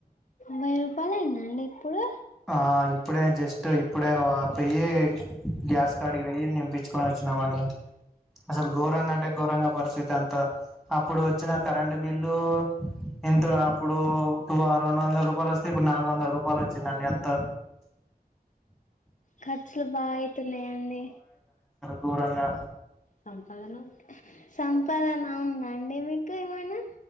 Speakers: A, on the left; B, in the centre.
A: మీరు బల అందండి ఇప్పుడు
B: ఆ ఇప్పుడే జస్ట్ ఇప్పుడే పెయ్యి గ్యాస్ కార్డ్ కి పోయి నింపించుకొని వచ్చినామండి అసలు గౌరంగ అంటే గౌరంగ పరిస్థితి అంతా అప్పుడు వచ్చిన కరెంట్ బిల్లు ఇంటరప్పుడు టు ఆరు రెడు వందల రూపాయలు వస్తే ఇప్పుడు నాలుగు వంద రూపాయలు వచ్చిందండి. అంత
A: ఖర్చులు బాగయితున్నాయండి.
B: గోరంగా
A: సం పాదన సంపాదన ఉందా అండి మీకు ఏమైనా